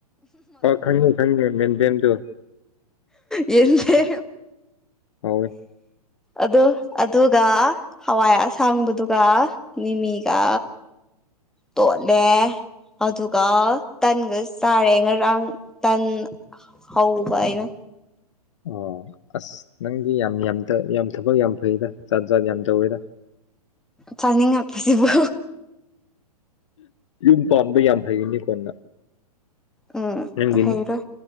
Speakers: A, on the left; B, in the centre.
A: ꯑ ꯈꯪꯉꯦ ꯈꯪꯉꯦ ꯃꯦꯟꯗꯦꯟꯗꯨꯣ
B: ꯌꯦꯗ
A: ꯍꯥꯎꯋꯦ
B: ꯑꯗꯨ ꯑꯗꯨꯒ ꯍꯋꯥꯏ ꯑꯁꯥꯡꯕꯗꯨꯒ ꯃꯤꯃꯤꯒ ꯇꯣꯠꯂꯦ ꯑꯗꯨꯒ ꯇꯟꯒ ꯆꯥꯔꯦ ꯉꯔꯥꯡ ꯇꯟ ꯍꯧꯕꯥꯏꯅ
A: ꯑꯣ ꯑꯁ ꯅꯪꯗꯤ ꯌꯥꯝ ꯌꯥꯝ ꯌꯥꯝ ꯊꯕꯛ ꯌꯥꯝ ꯐꯩꯗ ꯆꯥꯠ ꯥꯠ ꯌꯥꯝ ꯇꯧꯋꯦꯗ <unintelligible>
B: ꯐꯅꯤꯡꯉ ꯄꯁꯤꯕꯨ
A: ꯌꯨꯝ ꯄꯥꯟꯕ ꯌꯥꯝ ꯍꯩꯒꯅꯤ ꯀꯣꯟꯅ
B: ꯎꯝ
A: ꯅꯪꯒꯤ
B: ꯍꯩꯔꯣꯏ